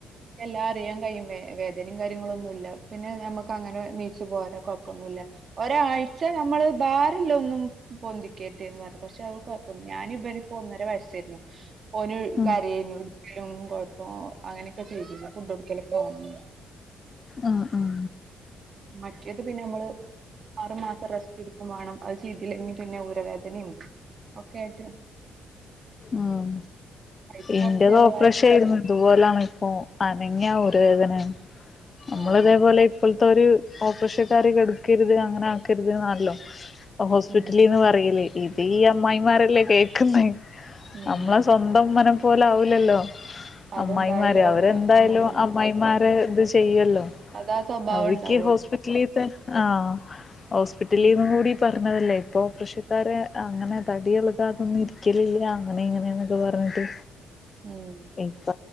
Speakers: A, on the right (about 50°); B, on the left (about 35°).
A: എല്ലാം അറിയാൻ കഴിയും വേ വേദനയും കാര്യങ്ങളും ഒന്നുംല്ല പിന്നെ നമ്മുക്ക് അങ്ങനെ നീച് പോരാ കുഴപ്പന്നുല്ല ഒരാഴ്ച നമ്മള് ബാരല്ല ഒന്നും പൊന്തിക്കരുതേന്ന് പറഞ്ഞു പക്ഷെ അത് കോയപ്പല്ലാ ഞാനിപനി ഇപ്പോ ഒന്നര വയസ്സായിരുന്നു ഓന
B: ഉം
A: കരന എടുക്കലും കൊഴപ്പം അങ്ങനെയൊക്കെ ചെയ്തി ഫുഡ്ടുക്കലൊക്കെ ഞാനന്നെനി
B: ഉം ഉം
A: മറ്റേത് പിന്നെമ്മള് ആറു മാസം റെസ്റ്റ് എടുക്കും വേണം അത് ചെയ്തില്ലെങ്കിൽ പിന്നെ ഊരവേദനിം ഒക്കെ ആയിട്ട്
B: ആഹ്
A: പൈസ
B: ഇൻ്റെത്
A: കൊറച്ച് ചെലവായാലും
B: ഓപ്പറേഷായിരുന്നു ഇതുപോലാണ് അപ്പ അനങ്ങിയാ ഊര വേദനയാണ് നമ്മള്
A: ആഹ്
B: ഇതേപോലെ
A: അതെ
B: ഇപ്പൾത്തോര് ഓപ്പറേഷൻക്കാര് കെടക്കരുത് അങ്ങനെ ആക്കരുതന്ന് ആണല്ലോ ഹോസ്പിറ്റലീന്ന്
A: ഉം
B: പറ പറയല് ഇത് ഈ അമ്മായിമാരല്ലേ കേക്കുന്നെ
A: ഉം
B: നമ്മളെ സ്വന്തം ഉമ്മാനെ പോലെ പോലെ ആവൂല്ലല്ലോ
A: അതെന്തായാലും
B: അമ്മായിമാര്
A: ആവൂല
B: അവരെന്തായാലും
A: ഉം
B: അമ്മായി മാരെ ഇത് ചെയ്യല്ലോ
A: അതാ സ്വഭാവം
B: അവര്ക്ക്
A: ഇണ്ടാവോലോ
B: ഈ ഹോസ്പിറ്റലീ തൻ ആഹ് ഹോസ്പിറ്റലിൽ
A: ഉം
B: നിന്ന് കൂടി പറഞ്ഞതല്ലേ ഇപ്പൊ ഓപ്രഷക്കാരെ അങ്ങനെ തടിയെളക് കാതൊന്നും ഇരിക്കലില്ല അങ്ങനെ ഇങ്ങനെ ആണ്ന്നൊക്കെ പറഞ്ഞിട്ട്
A: ഉം
B: ഇപ്പ